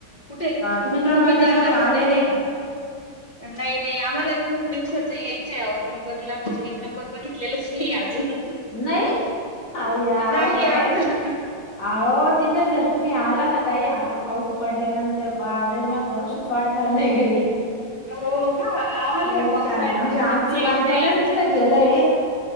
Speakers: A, on the left; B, on the left.
A: कुठे
B: तुम्ही त्र्यंबकेश्वर
A: जाता
B: ला
A: कुठे
B: आलेले आहे का
A: नाही नाही आम्हाला खूप दिवसात यायचंय अहो त्रंबकला म्हणजे मी त्र्यंबक बघितलेलंच नाही अजून
B: नाही अय्या आवाज
A: नाही
B: बाहेर
A: अजून
B: अहो तिथं जर तुम्ही आला ना ताई आता पाऊस पडल्यानंतर बाब रे मला जाऊशीच वाटणार नाही घरी
A: हो का आम्हाला
B: खूप
A: या पावसाळ्यात
B: छान ना, म्हणजे
A: नक्कीच
B: आमचं
A: यायचंय
B: बालपणच
A: एक
B: तिथं
A: छोटीशी
B: गेलंय.
A: ट्रिप